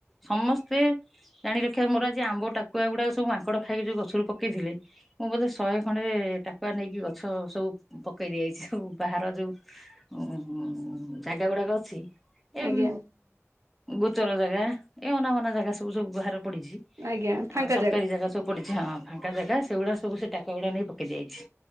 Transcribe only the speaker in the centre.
ସମସ୍ତେ ଜାଣି ରଖିବା ମୋର ଆଜି ଆମ୍ବ ଟାକୁଆ ଗୁଡାକ ସବୁ ମାଙ୍କଡ ଖାଇକି ଯୋଉ ଗଛରୁ ପକେଇଥିଲେ ମୁଁ ବୋଧେ ଶହେ ଖଣ୍ଡେ ଏ ଟାକୁଆ ନେଇକି ଗଛ ସବୁ ପକେଇ ଦିଆଯାଇଛି ସବୁ ବାହାର ଯୋଉ ଉଁ ଯାଗା ଗୁଡାକ ଅଛି ଏ
ଗୋଚର ଜାଗା ଏ ଅନାବନା ଜାଗା ସବୁ ସବୁ ବାହାର ପଡିଚି
ଆଉ ସରକାରୀ ଜାଗା ସବୁ ପଡିଚି ହଁ ଫାଙ୍କା ଜାଗା ସେଗୁଡା ସବୁ ସେ ଟାକୁଆ ଗୁଡା ନେଇ ପକେଇ ଦିଆଯାଇଛି